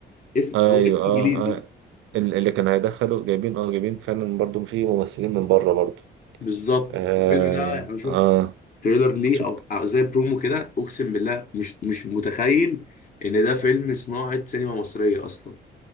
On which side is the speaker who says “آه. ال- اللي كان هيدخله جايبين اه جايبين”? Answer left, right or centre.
Right